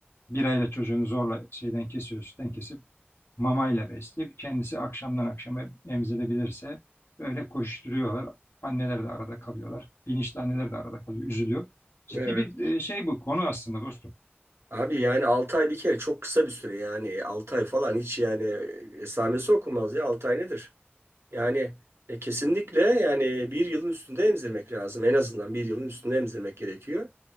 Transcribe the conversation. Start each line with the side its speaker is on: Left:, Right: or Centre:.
Left: Bir ayla çocuğunu zorla şeyden kesiyor, sütten kesip mamayla besleyip kendisi akşamdan akşama emzirebilirse öyle koşturuyorlar. Anneler de arada kalıyorlar. Bilinçli anneler de arada kalıyor, üzülüyor. Ciddi
Right: Evet.
Left: bir e, şey bu konu aslında dostum.
Right: Abi yani 6 ay bir kere çok kısa bir süre yani 6 ay falan hiç yani esamesi okunmaz ya 6 ay nedir? Yani e, kesinlikle yani bir yılın üstünde emzirmek lazım. En azından bir yılın üstünde emzirmek gerekiyor.